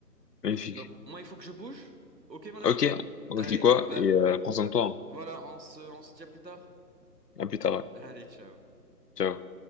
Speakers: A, on the left (about 70°); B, on the right (about 80°).
A: Magnifique.
B: Donc, moi, il faut que je bouge. Ok, mon ami?
A: Ok. On
B: Allez,
A: se dit quoi?
B: bah,
A: Et euh, prends soin
B: bah,
A: de toi. hein.
B: voilà, on se, on se dit à plus tard.
A: À plus tard. ouais.
B: Allez, ciao.
A: Ciao.